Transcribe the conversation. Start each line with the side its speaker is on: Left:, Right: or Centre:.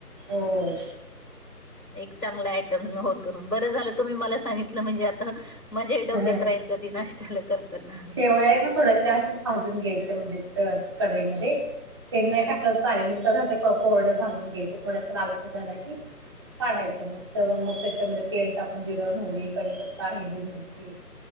Right: हो.
Left: एक चांगला आयटम होतो बरं झालं तुम्ही मला सांगितलं म्हणजे आता मजाही डोक्यात
Right: हो
Left: राहील कधी नाश््याला करतना.
Right: थोडश अस भाजून घ्यायच्या म्हणजे कडईमध्ये तेल नाही
Left: हां,
Right: टाकत. चालेल <unintelligible> कोरड्यात भाजून घ्यायचं थोडस लालच झाला की काढायच्य मग मग त्याच्यामध्ये तेल टाकून जिर, मोहरी, कढपत्ता, हिरवी मिरची